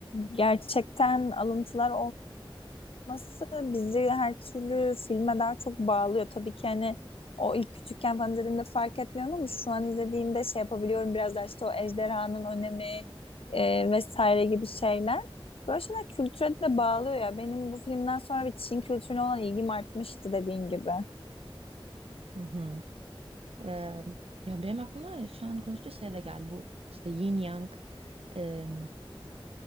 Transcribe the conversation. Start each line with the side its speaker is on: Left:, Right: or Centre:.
Left: gerçekten alıntılar olması bizi her türlü filme daha çok bağlıyor. Tabii ki hani o ilk küçükken falan izlediğimde fark etmiyorum ama şu an izlediğimde şey yapabiliyorum biraz daha işte o ejderhanın önemi e, vesaire gibi şeyler. Böyle şeyler kültüre de bağlıyor ya. Benim bu filmden sonra bir Çin kültürüne olan ilgim artmıştı dediğin gibi.
Right: Hı hı. Ee, ya benim aklıma şu an konuştuğu şey de geldi. Bu işte Yin Yang e,